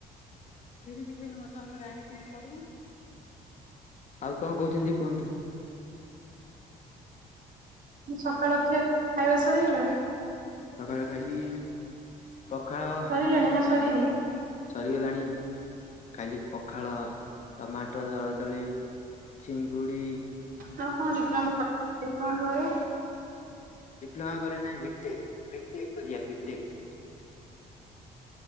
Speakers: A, on the left; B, on the right.
A: <unintelligible> ଆଉ କଣ କହୁଛନ୍ତି କୁହନ୍ତୁ।
B: ସକାଳ ଖିଆ ଖାଇବା ସରିଗଲାଣି?
A: ସକାଳେ ଖାଇଲି ପଖାଳ
B: ସରିଲାଣି ନା ସରିନି?
A: ଆଉ ସରିଗଲାଣି। ଖାଇଲି ପଖାଳ ଟମାଟର ଦଳାଦଳି ଚିଙ୍ଗୁଡ଼ି
B: ହଁ କଣ ଡିପ୍ଲୋମା କରି ଘରେ?
A: ଡିପ୍ଲୋମା କରେ ନାଇଁ ବିଟେକ୍ ବିଟେକ୍ କରିବା ବିଟେକ୍